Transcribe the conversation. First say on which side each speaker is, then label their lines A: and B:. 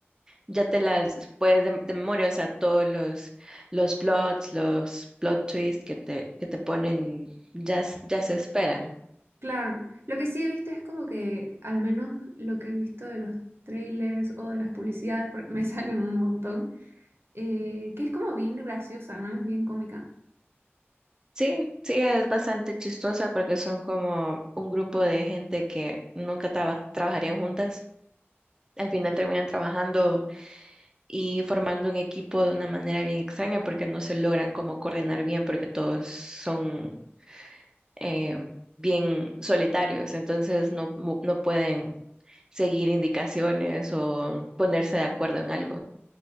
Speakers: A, on the right; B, on the right.
A: ya te las puedes de, de memoria, o sea, todos los, los plots, los plot twists que te, que te ponen ya, s- ya se esperan.
B: Claro, lo que sí he visto es como que, al menos lo que he visto de los trailers o de las publicidades, porque me <laughs> salen un montón, eh, que es como bien graciosa, ¿no? Es bien cómica.
A: Sí, sí, es bastante chistosa porque son como un grupo de gente que nunca traba- trabajarían juntas. Al final terminan trabajando y formando un equipo de una manera bien extraña porque no se logran como coordinar bien porque todos son eh, bien solitarios, entonces no, mu- no pueden seguir indicaciones o ponerse de acuerdo en algo.